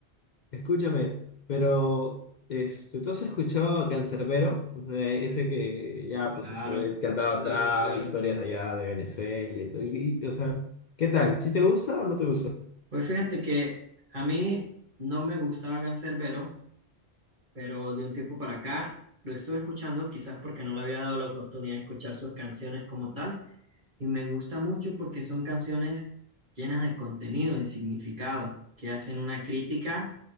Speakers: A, on the left; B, on the right.
A: Escúchame, pero este, ¿tú has escuchado a Canserbero? O sea, ese que ya,
B: Claro,
A: pues, o sea, él cantaba
B: claro,
A: trap,
B: claro.
A: historias de allá de Venezuela y todo. y- y, o sea, ¿qué tal? ¿Sí te gusta o no te gusta?
B: Pues fíjate que a mí no me gustaba Canserbero, pero de un tiempo para acá lo estuve escuchando, quizás porque no le había dado la oportunidad de escuchar sus canciones como tal. Y me gusta mucho porque son canciones llenas de contenido, de significado, que hacen una crítica